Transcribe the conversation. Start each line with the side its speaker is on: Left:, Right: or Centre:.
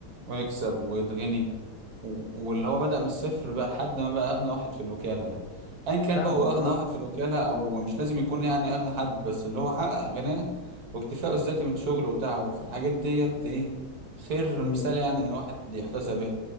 Right: ويكسب ويتغني و- واللي هو بدأ من الصفر بقى لحد ما بقى أغنى واحد في الوكالة أيا كان
Left: فعلا
Right: بقى هو أغنى
Left: اه
Right: واحد في الوكالة أو مش لازم يكون يعني أغنى حد بس اللي هو حقق غناه واكتفاءه الذاتي من شغله وتعبه في الحاجات ديت إيه خير
Left: امم
Right: مثال يعني إن الواحد يحتسب به